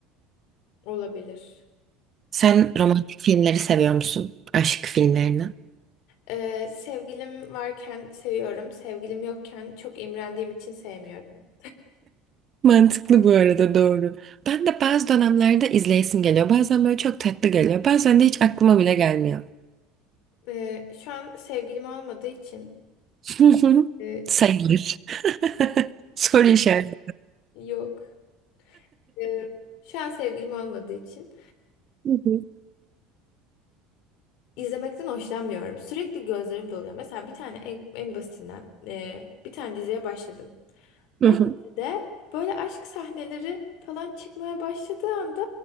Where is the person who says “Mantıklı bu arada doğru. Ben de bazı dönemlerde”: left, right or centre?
Right